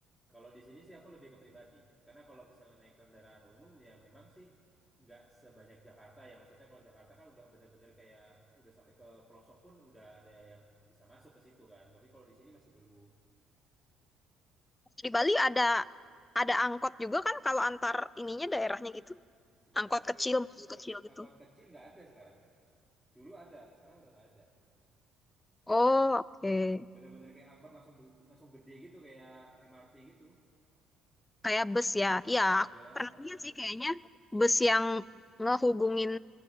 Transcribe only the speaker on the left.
Di Bali ada ada angkot juga kan kalau antar ininya daerahnya gitu.
Angkot
kecil, bus kecil
gitu.
Oh, oke.
Kayak bus ya.
Iya, aku
pernah
lihat sih kayaknya bus yang ngehubungin